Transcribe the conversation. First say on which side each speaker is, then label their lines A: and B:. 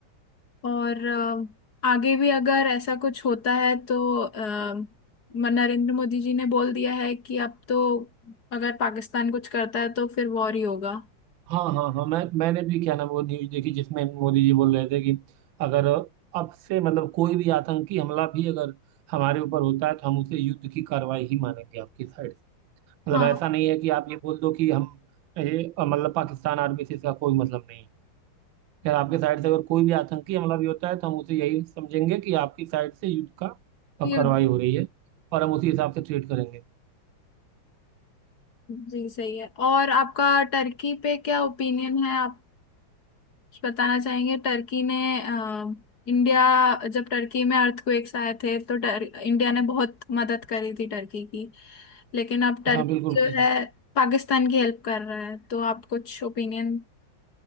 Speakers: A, on the left; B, on the right.
A: और अ, आगे भी अगर ऐसा कुछ होता है तो अ, म- नरेंद्र मोदी जी ने बोल दिया है कि अब तो अगर पाकिस्तान कुछ करता है तो फिर वॉर ही होगा
B: हाँ हाँ हाँ मैं मैंने भी क्या ना वो न्यूज देखी जिसमें मोदी जी बोल रहे थे कि अगर अब से मतलब कोई भी आतंकी हमला भी अगर हमारे ऊपर होता है तो हम उसे युद्ध की कार्रवाई ही मानेंगे आपकी साइड मतलब
A: हाँ
B: ऐसा नहीं है कि आप ये बोल दो कि हम ये अ, मतलब पाकिस्तान आर्मी से इसका कोई मतलब नहीं है खैर आपके साइड से अगर कोई भी आतंकी हमला भी होता है तो हम उसे यही समझेंगे कि आपकी साइड से युद्ध का अ,
A: ये
B: कार्रवाई हो रही है और हम उसी हिसाब से ट्रीट करेंगे
A: जी सही है और आपका टर्की पे क्या ओपिनियन है आप बताना चाहेंगे टर्की ने अ, इंडिया जब टर्की में अर्थक्वेक्स आए थे तो टर, इंडिया ने बहुत मदद करी थी टर्की की लेकिन अब टर्की
B: हाँ बिल्कुल
A: जो
B: खींच
A: है पाकिस्तान की हेल्प कर रहा है तो आप कुछ ओपिनियन